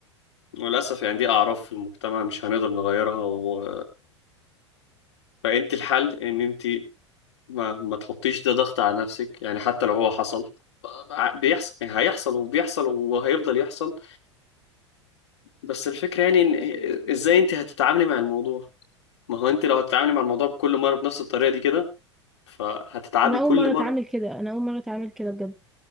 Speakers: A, on the left; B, in the centre.
A: للأسف يعني دي أعراف في المجتمع مش هنقدر نغيرها و... فأنت الحل إن أنت ما, ما تحطيش ده ضغط على نفسك يعني حتى لو هو حصل ع- بيحصل يعني هيحصل وبيحصل وهيفضل يحصل بس الفكرة يعني إن إزاي أنت هتتعاملي مع الموضوع ما هو أنت لو هتتعاملي مع الموضوع بكل مرة بنفس الطريقة دي كده فهتتعبي
B: انا
A: كل
B: اول مره
A: مرة
B: اتعامل كده انا اول مره اتعامل كده بجد